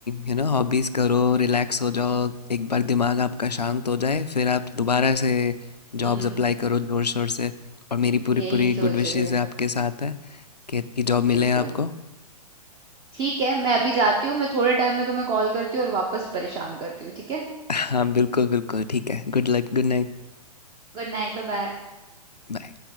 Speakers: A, on the left (about 80°); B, on the right (about 20°).
A: यू नो हॉबीज करो रिलैक्स हो जाओ एक बार दिमाग आपका शांत हो जाए फिर आप दोबारा से
B: <laughs>
A: जॉब्स अप्लाई करो जोर शोर से और मेरी पूरी
B: यही
A: पूरी
B: सोच
A: गुड विशेज
B: रहे हैं
A: है आपके साथ है कि कि जॉब
B: बिल्कुल
A: मिले आपको
B: ठीक है मैं अभी जाती हूँ मैं थोड़े टाइम में तुम्हें कॉल करती हूँ और वापस परेशान करती हूँ ठीक है
A: हाँ बिल्कुल बिल्कुल ठीक है Good luck good night
B: Good night Bye bye
A: Bye